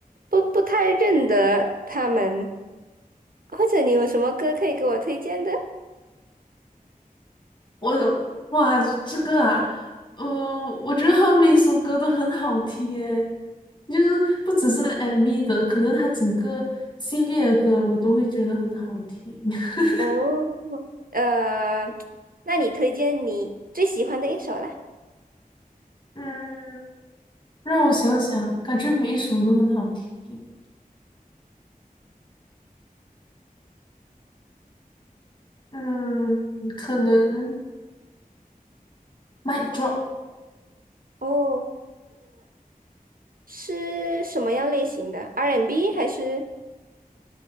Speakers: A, on the right (about 70°); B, on the left (about 30°).
A: 不不太认得他们，或者你有什么歌可以给我推荐的？
B: 我哇，这个啊，嗯、我觉得他每首歌都很好听诶，就是不只是 MV 的，可能他整个系列的歌我都会觉得很好听。<laughs>
A: 哦，呃，那你推荐你最喜欢的一首啦？
B: 嗯，让我想想，感觉每一首都很好听。嗯，可能《Mic Drop》，
A: 哦，是什么样类型的？R&B 还是？